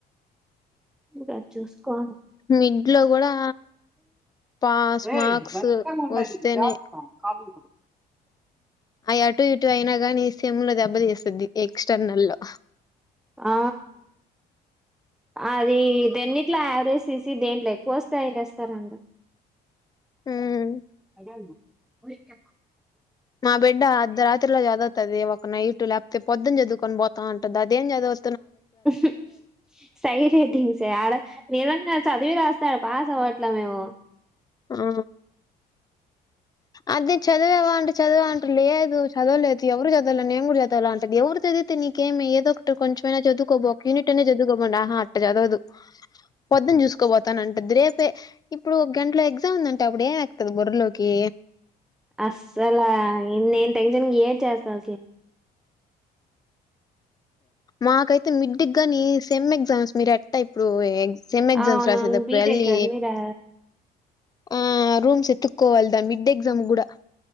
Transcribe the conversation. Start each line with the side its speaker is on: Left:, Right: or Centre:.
Centre: ఇగ చూసుకోవాలి
Left: మిడ్ లో కూడా పాస్
Centre: రేయ్
Left: మార్క్స్
Centre: మొత్తం ఉంగది
Left: వస్తేనే
Centre: జత కాలి
Left: అయ్య అటు ఇటు అయినా గానీ సేమ్లో దెబ్బ తీస్ ది ఎక్స్టర్నల్ లో
Centre: ఆ అది దేండిట్లో యావరేజ్ తీసి దేంట్లో ఎక్కువస్తాయ్ ఎస్తారంట
Left: ఉహ్
Centre: ఓయ్ ఓయ్
Left: నా బిడ్డ అర్ధరాత్రిలో జాదువుతాది ఒక నైట్ ల్యాప్ పొద్దు జదువుకోని పోతా ఉంటంది అదేం చదువు
Centre: ఉహు సై హేడింగ్స్ ఆడ నిజంగా చదివి రాస్తే ఆ పాస్ అ ఇట్లా మెమో
Left: ఆ అది చదీవాంట చదివాంట లేదు చదవలేదు ఎవరు చదవాల నేన్ కూడా చదవ అంటది ఎవరు చదివితే నీకేమి ఏద ఒకటి కొంచెమైనా చదువు ఒక యూనిట్ అనే చదువుకోమ ఆహా అట్ట చదవదు పొద్దు చూసుకోపోతానం రేపే ఇప్పుడు ఒక గంటలో ఎగ్జామ్ ఉందంటే అప్పుడు ఏం ఎక్కుంతుంది బుర్రలోకి
Centre: అస్సలా ఇంగేమ్ టెన్షన్ ఏం చేస్తాం
Left: మాకైతే మిడ్డిక్గాని సెమ్ ఎగ్జామ్స్ మీరు ఎట్ట ఇప్పుడు ఎ సెమ్ ఎగ్జామ్స్
Centre: అవునవును
Left: రాసేదప్పుడు
Centre: బీటెక్
Left: ఏలి
Centre: కదా మీరా
Left: ఆ రూమ్స్ ఎతుక్కోవాలి దా మిడ్డే ఎగ్జామ్ గూడా